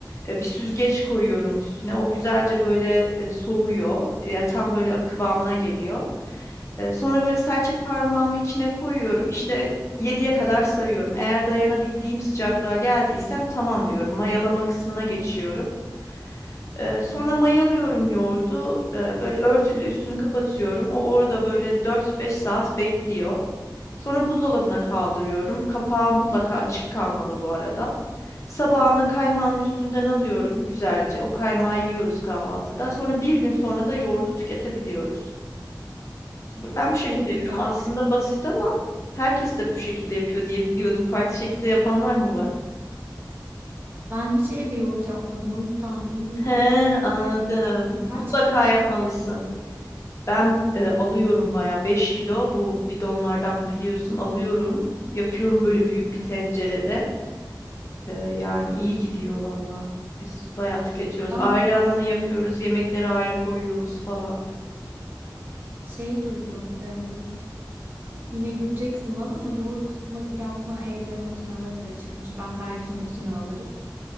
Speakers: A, on the left; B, on the right.
A: E, bir süzgeç koyuyorum üstüne o güzelce böyle e, soğuyor ya tam böyle kıvamına geliyor. E, sonra böyle serçek parmağımı içine koyuyorum işte yediye kadar sayıyorum. Eğer dayanabildiğim sıcaklığa geldiysem tamam diyorum mayalama kısmına geçiyorum. Ee, sonra mayalıyorum yoğurdu. Ee, böyle örtüyle üstünü kapatıyorum. O orada böyle dört beş saat bekliyor. Sonra buzdolabına kaldırıyorum. Kapağı mutlaka açık kalmalı bu arada. Sabahına kaymağını üstünden alıyorum güzelce. O kaymağı yiyoruz kahvaltıda. Sonra bir gün sonra da yoğurdu tüketebiliyoruz. B- Ben bu şekilde
B: Çok
A: yapıyorum.
B: güzel.
A: Aslında basit ama herkes de bu şekilde yapıyor diye biliyordum. Farklı şekilde yapanlar mı var?
B: Ben hiç evde yoğurt yapmadım. O yüzden bilmiyorum.
A: He, anladım.
B: Ee, kaç
A: Mutlaka
B: kilo süt
A: yapmalısın.
B: kullanıyorsun?
A: Ben e, alıyorum bayağı 5 kilo bu bidonlardan biliyorsun alıyorum. Yapıyorum böyle büyük
B: Hmm.
A: bir tencerede. E, yani iyi gidiyor valla. Biz bayağı tüketiyoruz.
B: Ben
A: Ayrı ananı yapıyoruz, yemekleri ayrı koyuyoruz falan.
B: şey duydum. em, yine güleceksin bana ama yoğurt ma- yapma evde makinaları da çıkmış. Ben belki makine alırım.